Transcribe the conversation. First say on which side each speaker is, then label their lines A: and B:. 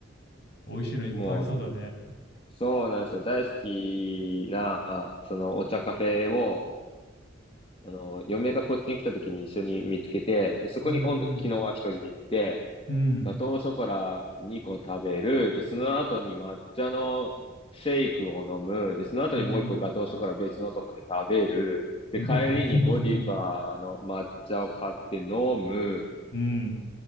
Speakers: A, on the left; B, on the left.
A: 美味しいのいっぱいありそうだね。
B: もう、そうなんですよ。大好きな、そのお茶カフェを、あの、嫁がこっちに来た時に一緒に見つけて、で、そこに今度、
A: うん
B: 昨日は一人で行って、
A: うんうん。
B: ガトーショコラ2個食べる、で、その後に抹茶のシェイクを飲む、で、その後にもう一個ガトーショコラ別のとこで食べる、
A: うん
B: で、
A: うん。
B: 帰りにゴディバの抹茶を買って飲む、
A: うん。うん